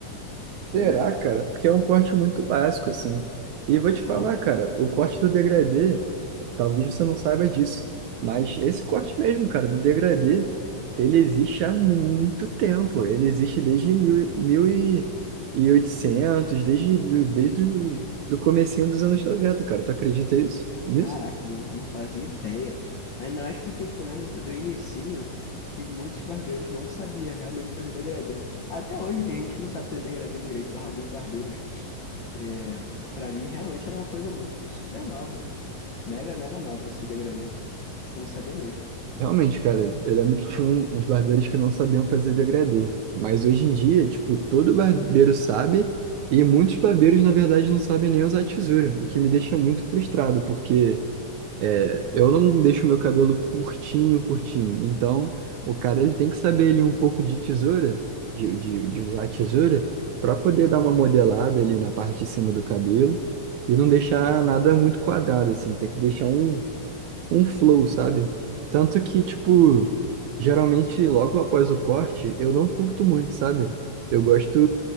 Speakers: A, on the left; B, on the right.
A: E.
B: Será,
A: dez, dois
B: cara?
A: mil e vinte. E.
B: Porque é um corte muito básico, assim. E vou te falar,
A: Ah, muito
B: cara,
A: estranho.
B: o corte do degradê, talvez você não saiba disso, mas esse corte mesmo, cara, do degradê, ele existe há muito tempo. Ele existe desde mil, mil e- e 1800, desde, do- desde o do comecinho dos anos 90, cara. Tu acredita isso, nisso?
A: Caraca, não, não fazia ideia. Ainda mais porque, tipo, eu lembro do, do inicinho que muitos barbeiros não sabiam realmente fazer degradê. Até hoje tem gente que não sabe fazer degradê direito, barra alguns barbeiros. É, para mim, realmente era uma coisa muito super nova. Mega, mega nova esse degradê. Não sabia mesmo.
B: Realmente, cara, eu lembro que tinha um- uns barbeiros que não sabiam fazer degradê. Mas hoje em dia, tipo, todo barbeiro sabe e muitos barbeiros, na verdade, não sabem nem usar tesoura, o que me deixa muito frustrado, porque é, eu não deixo meu cabelo curtinho, curtinho. Então, o cara ele tem que saber ali um pouco de tesoura, de, de, de usar a tesoura, para poder dar uma modelada ali na parte de cima do cabelo e não deixar nada muito quadrado, assim. Tem que deixar um um flow, sabe? Tanto que, tipo,
A: Hum.
B: geralmente logo após o corte, eu não curto muito, sabe? Eu gosto